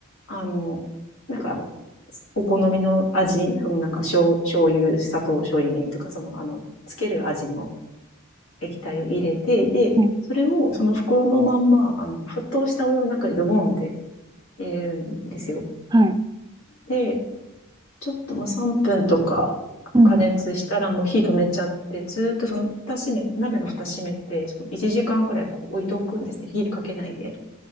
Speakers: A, on the left; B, on the right.
A: あの、なんかお好みの味、そのなんか醤醤油、砂糖、醤油みりんとか、そのあの、つける味の液体を入れて、で、
B: はい
A: それをその袋のまんま、あの、沸騰したお湯の中にドボンって入れるんですよ。
B: はい。
A: で、ちょっともう3分とか加熱したらもう火止めちゃって、
B: うんうん。
A: ずーっとその蓋閉め、鍋の蓋閉めて、その1時間ぐらいこう置いておくんですね。火かけないで。